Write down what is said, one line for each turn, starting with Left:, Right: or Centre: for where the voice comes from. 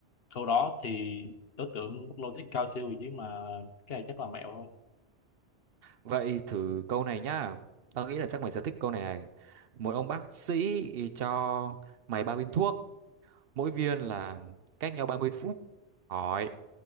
Left: Sau đó thì đối tượng logic cao siêu gì chứ mà cái này chắc là mẹo không?
Right: Vậy thử câu này nhá. Tao nghĩ là chắc mày sẽ thích câu này này. Một ông bác sĩ cho mày ba viên thuốc, mỗi viên là cách nhau 30 phút. Hỏi